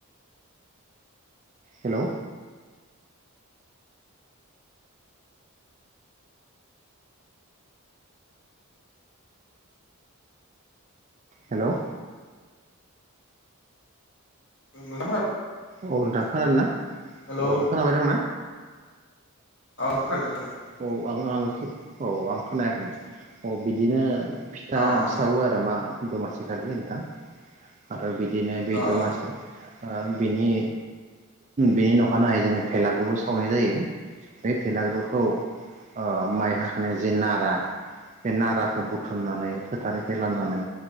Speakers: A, on the right; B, on the left.
A: हेलोव हेलोव
B: उ
A: औ नोंथां खोनादो ना
B: हेलौ
A: औ खोनाबाय दंना?
B: ओं <unintelligible>
A: औ आं आं खो औ आं खोनायाखैमोन औ बिदिनो फिथा
B: अ अ
A: सावो आरो मा दमासिखालि नोंथां बिदिनो बे
B: अ
A: दमासि
B: अ
A: ओ बेनि बेनि अखानायै जोनङो बेलागुरु सावनाय जायो बे बेलागुरुखौ ओ माइ हाखनाय जे नारा बे नाराखौ बुथुमनानै फोथारनिफ्राय लाबनानै